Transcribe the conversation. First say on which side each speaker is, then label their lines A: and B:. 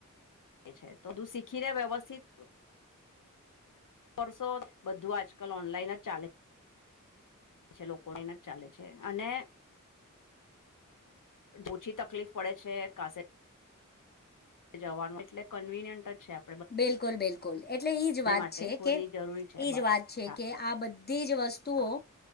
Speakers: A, on the left; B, on the left.
A: છે તોધું શીખીને વ્યવસ્થિત વસો બધું આજકાલ ઓનલાઈન જ ચાલે. છે લોકોને એને જ ચાલે છે, અને ઓછી તકલીફ પડે છે કાસે. જવાનું એટલે કન્વીિનિયન્ટ જ છે આપ
B: બિલકુલ બિલકુલ એટલે એઈજ વાત
A: માટે
B: છે.
A: ખોની
B: કે
A: જરૂરી છે
B: એજ
A: બસ
B: વાત છે
A: હા
B: કે આ બધી જ વસ્તુઓ.
A: હા